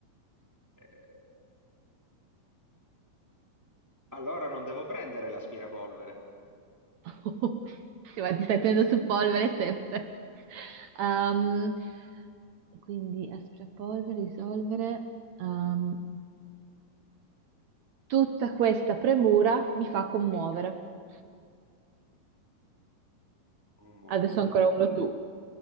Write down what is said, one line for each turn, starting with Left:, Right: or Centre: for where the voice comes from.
Centre: Eh, allora non devo prendere l'aspirapolvere.
Right: <laughs> Sì, ma ti stai tenendo su polvere sempre. Ehm, quindi aspirapolvere, risolvere. ehm, tutta questa premura mi fa commuovere.
Centre: Non muovere.
Right: Adesso ancora uno tu.